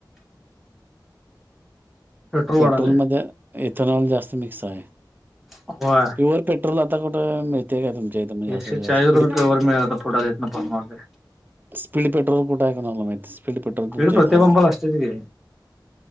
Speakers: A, in the centre; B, on the right.
A: पेट्रोल
B: पेट्रोलमध्ये
A: वाढालय
B: इथनॉल जास्त मिक्स आहे.
A: होय!
B: प्युवर पेट्रोल आता कुठं मिळ तय काय तुमच्या इथ म्हणजे
A: एकशे
B: असं
A: चाळीस
B: स्पीड
A: रुपये किलोवर मिळेल आता पुढं तिथनं पुढं वाढलंय
B: स्पीड पेट्रोल कुठ आहे कोणाला माहित स्पीड पेट्रोल
A: स्पीड
B: तुमच्या
A: प्रत्येक
B: इथं हाय
A: पंपाला
B: काय?
A: असतेच की